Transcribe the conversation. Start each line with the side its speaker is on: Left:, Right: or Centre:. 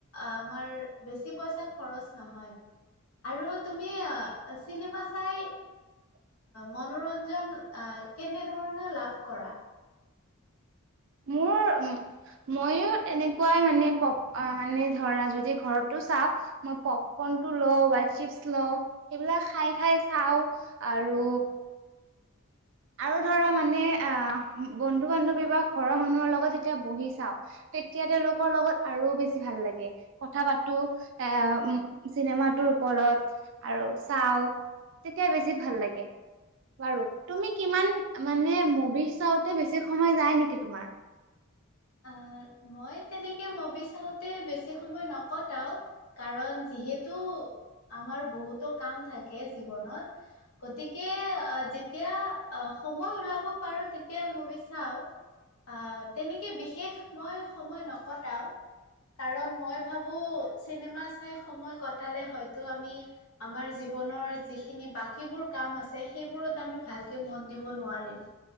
Left: আমাৰ বেছি পইচা খৰচ নহয়। আৰু তুমি চিনেমা চাই মনোৰঞ্জন কেনে ধৰণে লাভ কৰা?
Right: মোৰ, উম মইয়ো তেনেকুৱাই মানে পপ ধৰা যদি ঘৰতো চাওঁ মই পপকৰ্নটো লওঁ বা চিপচ লওঁ, সেইবিলাক খাই খাই চাওঁ। আৰু আৰু ধৰা মানে আহ বন্ধু বান্ধৱী বা ঘৰৰ মানুহৰ লগত যেতিয়া বহি চাওঁ তেতিয়া তেওঁলোকৰ লগত আৰু বেছি ভাল লাগে। কথা পাতো এ চিনেমাটোৰ ওপৰত আৰু চাওঁ। তেতিয়া বেছি ভাল লাগে। বাৰু তুমি কিমান মানে মুভি চাওঁতে বেছি সময় যায় নেকি তোমাৰ?
Left: আহ, মই তেনেকে ম'ভি চাওঁতে বেছি সময় নকটাও। কাৰণ যিহেতু আমাৰ বহুতো কাম থাকে জীৱনত। গতিকে আহ, যেতিয়া আহ, সময় ওলাব পাৰো তেতিয়া ম'ভি চাওঁ। আহ তেনেকে বিশেষ মই সময় নকটাও। কাৰণ মই ভাবো চিনেমা চাই সময় কটালে হয়তো আমি আমাৰ জীৱনৰ যিখিনি বাকীবোৰ কাম আছে সেইবোৰত আমি ভালকে মন দিব নোৱাৰিম।